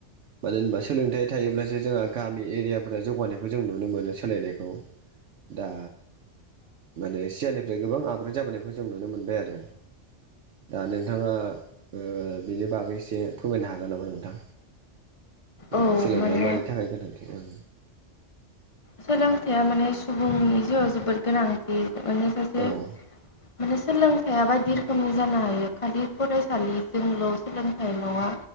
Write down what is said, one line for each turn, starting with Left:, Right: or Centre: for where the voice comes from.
Right: मानो होनबा सोलोंथाइया थायोब्लासो जोंहा गामि एरियाफोराव जौगानायखौ जों नुनो मोनो सोलायनाय औ दा माने सियानि ओफ्राय गोबां आपग्रेड जाबोनायखौ जों नुनो मोनबाय आरो। दा नोंथाङा ओ बेनि बागै एसे फोरमायनो हागोन नामा नोंथां? जेन'बा
Left: औ
Right: सोलोंथाइया
Left: माने
Right: मानि थाखाय गोनांथि? ओं
Left: सोलोंथाइया माने सुबुंनि जिउआव जोबोद गोनांथि। माने सासे
Right: औ
Left: माने सोलोंथाइया बाय बायदि रोखोमनि जानो हायो खालि फरायसालिजोंल' सोलोंथाइ नङा।